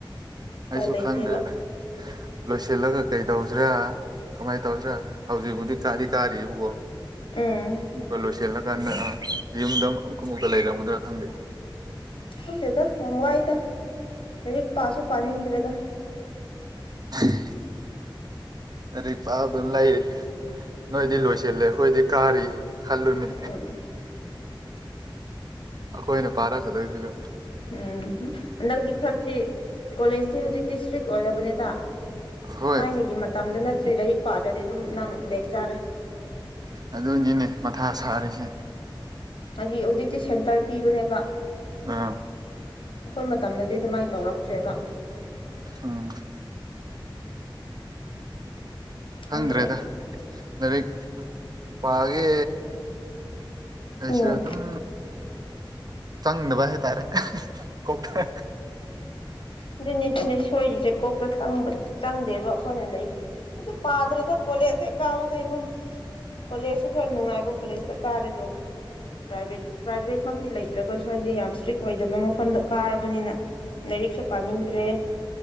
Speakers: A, on the left; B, on the right.
A: ꯎꯄꯥꯏ
B: ꯑꯩꯁꯨ
A: ꯂꯩꯇꯦꯕ
B: ꯈꯪꯗ꯭ꯔꯦꯗ ꯂꯣꯏꯁꯤꯜꯂꯒ ꯀꯩꯗꯧꯁꯤꯔꯥ ꯀꯃꯥꯏꯅ ꯇꯧꯁꯤꯔꯥ ꯍꯧꯖꯤꯛꯕꯨꯗꯤ ꯀꯥꯗꯤ ꯀꯥꯔꯤꯕꯀꯣ
A: ꯎꯝ
B: ꯑꯃꯨꯛꯀ ꯂꯣꯏꯁꯤꯜꯂꯒ ꯀꯥꯟꯗ ꯑ ꯌꯨꯝꯗ ꯑꯃꯨꯛ ꯑꯃꯨꯛꯀ ꯂꯩꯔꯝꯒꯗ꯭ꯔꯥ ꯈꯪꯗꯦ
A: ꯈꯪꯗꯦꯗ ꯌꯥꯝ ꯋꯥꯏꯗ ꯂꯥꯏꯔꯤꯛ ꯄꯥꯁꯨ ꯄꯥꯅꯤꯡꯗ꯭ꯔꯦꯗ
B: <unintelligible> ꯂꯥꯏꯔꯤꯛ ꯄꯥꯕꯗꯨꯝ ꯂꯥꯏꯔꯤ ꯅꯣꯏꯗꯤ ꯂꯣꯏꯁꯤꯜꯂꯦ ꯑꯩꯈꯣꯏꯗꯤ ꯀꯥꯔꯤ ꯈꯜꯂꯨꯅꯦ
A: ꯎꯝ
B: ꯑꯩꯈꯣꯏꯅ ꯄꯥꯔꯛꯀꯗꯣꯏꯁꯤꯅ
A: ꯎꯝ ꯍꯟꯗꯛꯇꯤ ꯈꯔꯁꯤ ꯀꯣꯂꯦꯖꯇꯤ ꯍꯧꯖꯤꯛꯇꯤ ꯏꯁꯇ꯭ꯔꯤꯛ ꯑꯣꯏꯔꯕꯅꯦꯗ
B: ꯍꯣꯏ
A: ꯊꯥꯏꯅꯒꯤ ꯃꯇꯝꯗꯨ ꯅꯠꯇꯔꯦ ꯂꯥꯏꯔꯤꯛ ꯄꯥꯗꯗꯤ ꯑꯗꯨꯝ ꯅꯪ ꯕꯦꯛ ꯆꯥꯔꯦ
B: ꯑꯗꯨꯅꯤꯅꯦ ꯃꯊꯥ ꯁꯥꯔꯤꯁꯦ
A: ꯍꯥꯏꯗꯤ ꯍꯧꯖꯤꯛꯇꯤ ꯁꯦꯟꯇꯔ ꯄꯤꯕꯅꯦꯕ
B: ꯑꯥ
A: ꯑꯩꯈꯣꯏ ꯃꯇꯝꯗꯗꯤ ꯑꯗꯨꯃꯥꯏꯅ ꯇꯧꯔꯛꯇ꯭ꯔꯦꯕ
B: ꯑꯥ ꯈꯪꯗ꯭ꯔꯦꯗ
A: ꯈꯪꯗ꯭ꯔꯦ
B: ꯂꯥꯏꯔꯤꯛ ꯄꯥꯒꯦ ꯑꯩꯁꯤ
A: ꯎꯝ
B: ꯑꯗꯨꯝ ꯆꯪꯗꯕ ꯍꯥꯏꯇꯥꯔꯦ ꯀꯣꯛꯇ
A: ꯑꯗꯨꯅꯦ ꯑꯗꯨꯅꯦ ꯁꯣꯏꯔꯤꯁꯦ ꯀꯣꯛꯇ ꯆꯪꯕ ꯆꯪꯗꯦꯕ ꯑꯩꯈꯣꯏ ꯂꯥꯏꯔꯤꯛ ꯍꯧꯖꯤꯛ ꯄꯥꯗꯔꯦꯗ ꯀꯣꯂꯦꯖ ꯍꯦꯛ ꯀꯥꯕꯗꯩꯩ ꯑꯩꯈꯣꯏ ꯀꯣꯂꯦꯖꯁꯨ ꯈꯔ ꯅꯨꯡꯉꯥꯏꯕ ꯀꯣꯂꯦꯖꯇ ꯀꯥꯔꯦꯗꯣ ꯄ꯭ꯔꯥꯏꯚꯦꯠ ꯄ꯭ꯔꯥꯏꯚꯦꯠ ꯃꯛꯇꯤ ꯂꯩꯇ꯭ꯔꯒꯁꯨ ꯍꯥꯏꯗꯤ ꯌꯥꯝ ꯏꯁꯇ꯭ꯔꯤꯛ ꯑꯣꯏꯗꯕ ꯃꯐꯝꯗ ꯀꯥꯔꯕꯅꯤꯅ ꯂꯔꯤꯛꯁꯨ ꯄꯥꯅꯤꯡꯗ꯭ꯔꯦ